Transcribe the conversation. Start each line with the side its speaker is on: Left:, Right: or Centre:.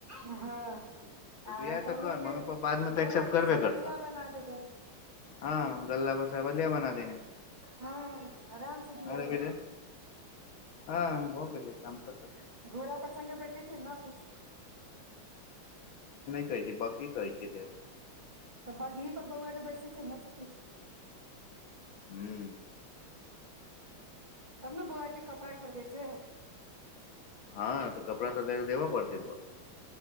Right: हँ
Left: सुप्रिया
Right: आ बौओ
Left: तऽ कहै
Right: के
Left: मम्मी पापा बाद मे
Right: बौआ
Left: तऽ एक्सेप्ट
Right: के
Left: करबे
Right: सवलिया
Left: कर तह
Right: बना देबै।
Left: हँ लला क सबेलिया बना देंगे
Right: हँ आराम से धब
Left: हँ रवि रे हँ भऽ गेलै काम खतम
Right: घोड़ा पर संगे बैठेतीन न पूछि लियौ
Left: की कहै छै बगी कहै छै ले
Right: त बघी पर बोआ के बैस से थिन ना से पुइछ लियो
Left: हूं
Right: तब न बोआ के कपड़ा खरीदते
Left: हँ तऽ कपड़ा तऽ देब पड़त बुआ